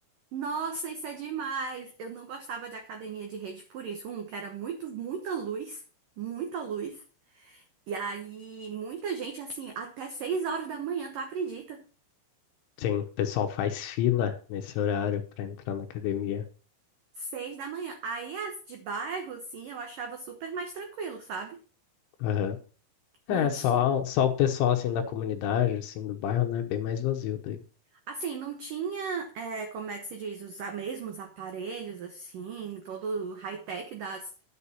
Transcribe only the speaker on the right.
Nossa, isso é demais! Eu não gostava de academia de rede por isso. Um, que era muito, muita luz, muita luz. E aí, muita gente, assim, até seis horas da manhã, tu acredita?
Seis da manhã. Aí, as de bairro, sim, eu achava super mais tranquilo, sabe?
Não tinha.
Assim, não tinha, é, como é que se diz, os a- mesmos aparelhos, assim, todo o high-tech das,